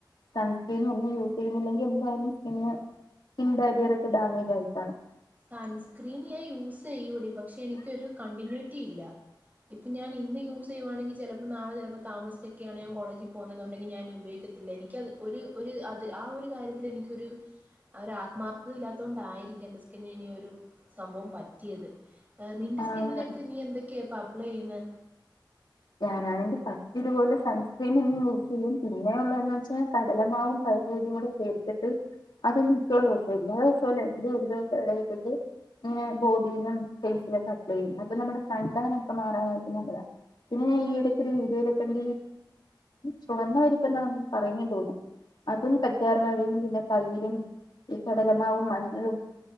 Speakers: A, on the left; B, on the right.
A: സൺസ്ക്രീൻ ഒന്നും യൂസ് ചെയ്യുന്നില്ലെങ്കിൽ എന്തായാലും സ്കിന്ന്‌ <unintelligible> ഡാമേജ് ആയിക്കാണും
B: സൺസ്ക്രീൻ ഞാൻ യൂസെയ്യൂടി പക്ഷെ എനിക്കൊരു കണ്ടിന്യൂറ്റി ഇല്ല. ഇപ്പൊ ഞാൻ ഇന്ന് യൂസെയ്യുവാണെങ്കി ചെലപ്പോ നാളെ ചെലപ്പോ താമസിച്ചൊക്കെയാണ് ഞാൻ കോളേജി പോവുന്നതെന്നുണ്ടെങ്കിൽ ഞാൻ ഉപയോഗിക്ക ത്തില്ല എനിക്കത് ഒരു ര് അത് ആ ഒരു കാര്യത്തിൽ എനിക്കൊരു ഒര ആത്മാർത്ഥത ഇല്ലാത്തതു കൊണ്ടായിയിരിക്കാം എന്റെ സ് പിന്നെ ഇനി ഒരു സംഭവം പറ്റിയത് നിന്റെ
A: ആഹ്
B: സ്കിന്നിലൊക്കെ നീ എന്തൊ ക്കെ ഇപ്പോ അപ്ലൈ ചെയ്യുന്നേ
A: ഞാനാണെങ്കി ഫസ്റ്റ് ഇതുപോലെ സൺസ്ക്രീൻ ഒന്ന് യൂസ് ചെയ്യും പിന്നെ ഉള്ളതന്ന് വെച്ചാൽ കടലമാവും പയറ് പൊടിയും കൂടി എടുത്തിട്ട് അത് മിക്ക ദിവസം എല്ലാ ദിവസല്ലെ എങ്കിലും ഒരു ദിവസം ഇട വിട്ടിട്ട് ഇങ്ങനെ ബോഡിയിലും ഫേസിലും ഒക്കെ അപ്ലൈ ചെയ്യും അപ്പൊ നമ്മുടെ സൺ ടാനൊക്കെ മാറാനായിട്ട് നല്ലതാ പിന്നെ ഈ ഇടയ്ക്കൊരു വീഡിയോലോക്കെണ്ട് ചുമന്ന പരിപ്പ് എന്നാ പറയുന്നേ തോന്നുന്നു അതും കറ്റാർ വാഴയും പിന്നെ തൈരും ഈ കടലമാവും മഞ്ഞളും